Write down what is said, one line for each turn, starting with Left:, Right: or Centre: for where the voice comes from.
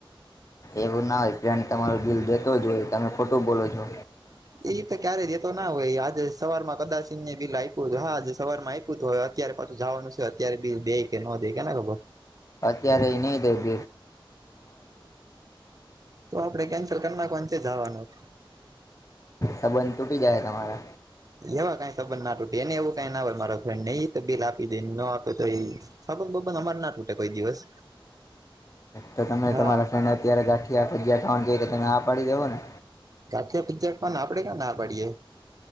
Left: એવું ના હોય ફ્રેન્ડ તમારો બિલ દેતો જ હોય તમે ખોટું બોલો છો
Right: એ તો ક્યારેય જેતો ના હોય આજે સવાર માં કદાચિં ને બિલ આઇપુ હા સવારમાં આઇપુતું હવે અત્યારે પાછું જવાનું છે અત્યારે બી દે કે ન દે કેને ખબર
Left: અત્ય્યારે ને દ બર
Right: તો આપણે કેન્સલ કરી નાખ છે જવાનું
Left: સંબંધ તૂટી જાય તમારે
Right: એવા કઈ તબંધ નાૂટી એને એવું કઈ ના હો મારા ફ્રેડને એઈ તો બિલ આપી દે ન આપે તો એ સાબ બબન અમારે ના તૂટે કોઈ દિવસ
Left: તો તમે
Right: હા
Left: તમારા ફ્રેન્ડ અત્યારે ગાંઠિયા સજ્યા કાઉડ જઈ તો તને આ પાડી દવો ને
Right: કાઠ પજ પણ આપડે કે ના પડીએ